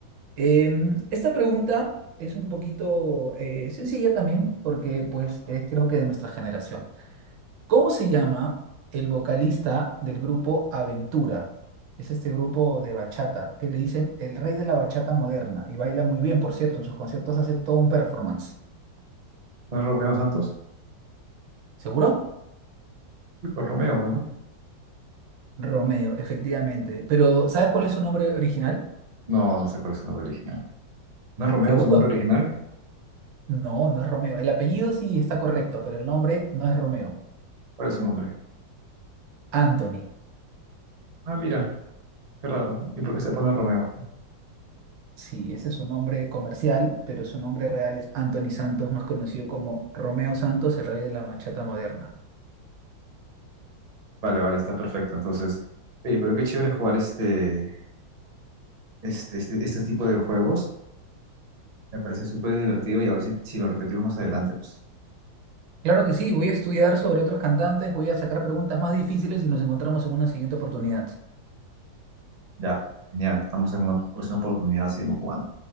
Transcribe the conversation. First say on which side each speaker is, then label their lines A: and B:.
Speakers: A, on the right; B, on the right.
A: em, esta pregunta es un poquito eh, sencilla también porque pues es creo que de nuestra generación. ¿Cómo se llama el vocalista del grupo Aventura? Es este grupo de bachata que le dicen el rey de la bachata moderna y baila muy bien, por cierto, en sus conciertos hace todo un performance.
B: ¿No es Romeo Santos?
A: ¿Seguro?
B: Sí, pues Romeo, pues, ¿no?
A: Romeo, efectivamente. Pero ¿sabes cuál es su nombre original?
B: No, no sé cuál es su nombre original. ¿No es Romeo
A: ¿Seguro?
B: su nombre original?
A: No, no es Romeo. El apellido sí está correcto, pero el nombre no es Romeo.
B: ¿Cuál es su nombre?
A: Anthony.
B: Ah, mira, qué raro. ¿Y por qué se pone Romeo?
A: Sí, ese es su nombre comercial, pero su nombre real es Anthony Santos, más conocido como Romeo Santos, el rey de la bachata moderna.
B: Vale, vale, está perfecto. Entonces, oye, pero qué chévere jugar este, este, este, este tipo de juegos. Me parece súper divertido y a ver si, si lo repetimos más adelante. Pues
A: Claro que sí, voy a estudiar sobre otros cantantes, voy a sacar preguntas más difíciles y nos encontramos en una siguiente oportunidad.
B: ya, genial. Estamos en una próxima oportunidad, seguimos jugando.